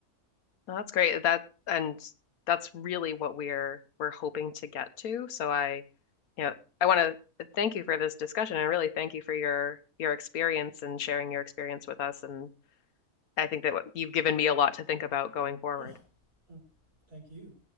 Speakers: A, on the left (about 70°); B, on the right (about 65°).
A: Well, that's great. That and that's really what we're we're hoping to get to. So I, you know, I want to thank you for this discussion and really thank you for your your experience and sharing your experience with us. And I think that what- you've given me a lot to think about going forward.
B: Oh, thank you.